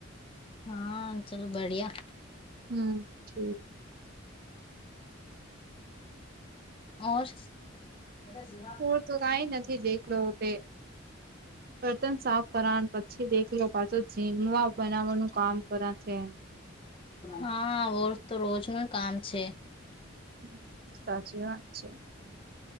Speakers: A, on the left; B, on the right.
A: હા ચલોો બઢિયા
B: હમ જ
A: <inaudible> <inaudible>
B: પર તો કઈ નથી દેખલો ભે
A: <inaudible>
B: બર્તન સાફ કર પછી દેખ લો પાછો જીમવા બનાવવાનું કામ કર છે
A: હા વો તો રોજ ન કામ છે
B: હમ સાચી વાત છે